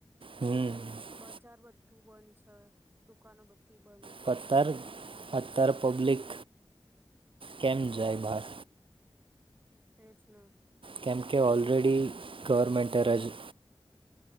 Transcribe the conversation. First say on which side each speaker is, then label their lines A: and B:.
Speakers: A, on the right; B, on the right.
A: હમ
B: બજાર બધું બંધ છે, દુકાનો બધી બંધ.
A: ફતર ફતર પબ્લિક કેમ જાય બહાર?
B: એજ ને.
A: કેમ કે ઓલરેડી ગવર્મેન્ટ રજા